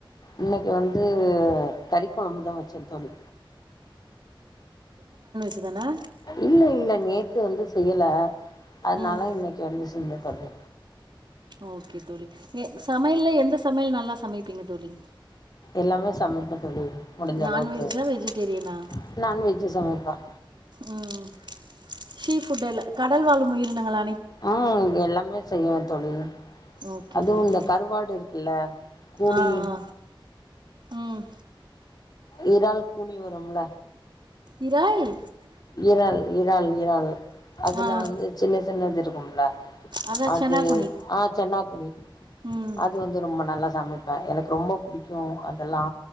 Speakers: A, on the left (about 50°); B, on the right (about 55°).
A: இன்னைக்கு வந்து கறி கொழம்புதான் வெச்சன் தோழி
B: <unintelligible> தனா
A: இல்ல இல்ல நேத்து வந்து செய்யல அதனால
B: ம்
A: இன்னைக்கு வந்து சென் தோழி
B: ஓகே தோழி சமையல்ல எந்த சமையல் நல்லா சமைப்பீங்க தோழி
A: எல்லாமே சமைப்ப தோழி முடிஞ்சளவுக்கு
B: நான்வெஜ்ஜா
A: ஓகே
B: வெஜிடேரியனா
A: நான்வெஜ் சம <unintelligible>
B: ம் சீ ஃபுட எல்லா கடல் வாழும் உயிரினங்கள
A: ஆ எல்லாமே செய்வ தோழி
B: ஓகே
A: அதுவு
B: தோழி
A: இந்த கருவாடு இருக்குல்ல கூலி
B: ஆ ஆ ம்
A: இறால் கூனி வரும்ல
B: இரால்
A: இறால் இறால் இறால் அதுல
B: ஆ
A: வந்து சின்ன சின்னது இரு கும்ல
B: அதா
A: அது
B: செனாகுனி
A: ஆ சென்னாக்குன்னி
B: ம்
A: அது வந்து ரொம்ப நல்லா சமைப்ப எனக்கு ரொம்ப புடிக்கு அதெல்லா